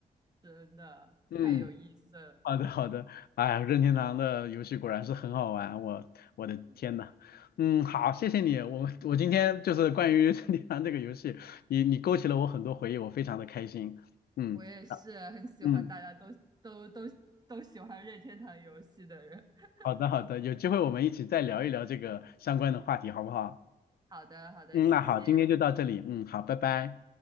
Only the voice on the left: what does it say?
嗯，好的好的，哎呀任天堂的游戏果然是很好玩，我我的天呐，
嗯，好，谢谢你，我我今天就是关于 <laughs> 任天堂这个游戏，你你勾起了我很多回忆，我非常的开心。嗯
嗯，
好的好的，有机会我们一起再聊一聊这个相关的话题，好不好？
嗯，
那好，今天就到这里，嗯，好，拜拜。